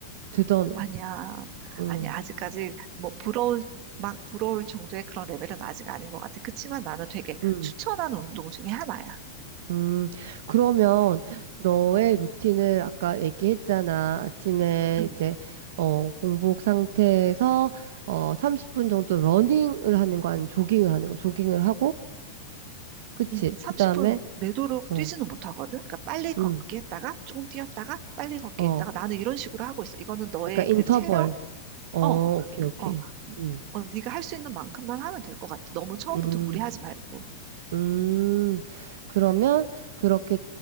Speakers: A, on the right; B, on the right.
A: 대단해.
B: 아니야.
A: 응,
B: 아니, 아직까지 뭐 부러울, 막 부러울 정도의 그런 레벨은 아직 아닌 것 같아. 그치만 나는 되게
A: 응,
B: 추천하는 운동 중에 하나야.
A: 음. 그러면 너의 루틴을 아까 얘기했잖아. 아침에
B: 음,
A: 이제, 어, 공복 상태에서, 어, 30분 정도 러닝을 하는 거 아니면 조깅을 하는 거. 조깅을 하고, 그치?
B: 음. 30분
A: 그 다음에,
B: 내도록
A: 어,
B: 뛰지는 못하거든. 그러니까 빨리 걷기
A: 응,
B: 했다가 조금 뛰었다가 빨리 걷기
A: 어.
B: 했다가 나는 이런 식으로 하고 있어. 이거는 너의
A: 약간 인터벌.
B: 그 체력,
A: 어,
B: 어, 어,
A: 오케이,
B: 그,
A: 오케이.
B: 어,
A: 음,
B: 어, 네가 할 수 있는 만큼만 하면 될 것 같아. 너무 처음부터
A: 음,
B: 무리하지 말고.
A: 음. 그러면 그렇게